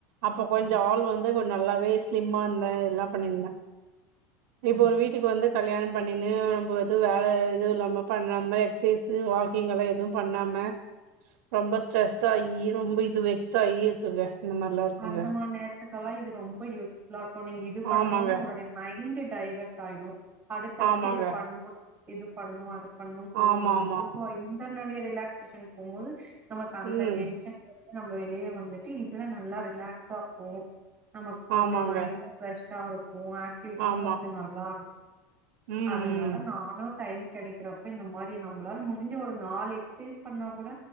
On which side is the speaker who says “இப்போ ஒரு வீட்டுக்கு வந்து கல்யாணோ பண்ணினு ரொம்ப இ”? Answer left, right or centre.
Right